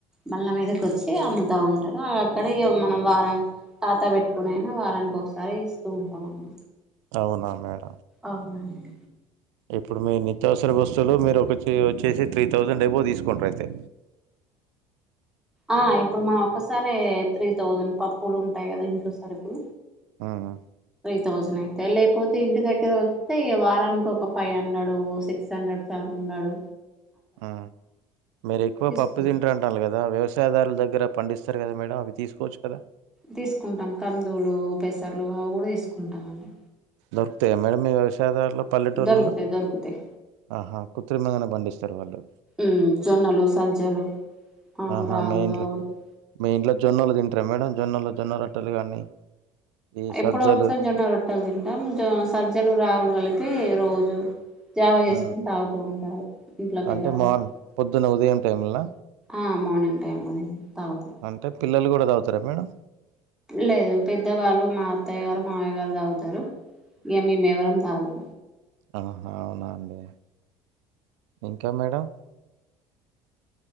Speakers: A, in the centre; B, on the right (about 65°).
A: బళ్ళ మీదకి వచ్చి అమ్ముతా ఉంటారు అక్కడ మనం వారం ఖాతా పెట్టుకు అనా వారానికి ఒకసారి ఇస్తూ ఉంటాం అన్న
B: అవునా మేడ
A: అవునాండి
B: ఇప్పుడు మీ నిత్యావసర వస్తువులు మీరు ఒక వచ్చేసి త్రీ థౌజండ్ ఎబో తీసుకుంటారు అయితే
A: ఆ ఇప్పుడు మనం ఒక్కసారే త్రీ థౌజండ్ పప్పులు ఉంటాయి కదా ఇంట్లో సరికు
B: ఆహా
A: థౌజండ్ అయితే లేకపోతే ఇంటి దగ్గర వస్తే వారానికి ఒక five hundred six hundred seven hundred hundred
B: ఆ మీరు ఎక్కువ
A: తీసుకుంటాం
B: పప్పు తింటరు అంటల్లు కదా వ్యవస్ యరాదారులగ్గర పండిస్తారు కదా మేడం అవి తీస్కోచ్చు కదా
A: తీసుకుంటాం కందులు పెసర్లు అవి కూడా తీసుకుంటామ అండి
B: దొరుకుతాయా మేడం మీ వ్యవసాయదారులో పల్లెటూళ్లలో
A: దొరుకుతాయి దొరుకుతాయి
B: ఆహా క్రుత్రిమంగానే పండిస్తారు వాళ్ళు
A: ఉమ్ జొన్నలు సజ్జలు ఆ
B: ఆహా
A: రాగులు
B: మీ ఇంట్లో
A: అవి కూడా దొరుకుతాయి.
B: మీ ఇంట్లో జొన్నలు తింటారు మేడం జొన్నలో జొన్నలు రోట్టెలు కానీ ఈ
A: ఎప్పుడొ
B: సజ్జలు
A: ఒకసారిజొన్న రొట్టెలు తింటాం జో సజ్జలు రాగులు కలిపి రోజు జావ చేసుకోని
B: ఆ,
A: తాగుతూ ఉంటారు ఇంట్లో పెద్దవాళ్ళు
B: అంటే మార్న్ పొద్దున ఉదయం టైంలా
A: ఆ మార్నింగ్ టైమ్లోనే తాగుత
B: అంటే పిల్లలు కూడా తాగుతారా మేడం
A: లేదు పెద్దవాళ్ళు మా అత్తయ్య గారు మావయ్య గారు తాగుతారు ఇక మేమేవరం తాగం
B: అహా అవునా అండి ఇంకా మేడం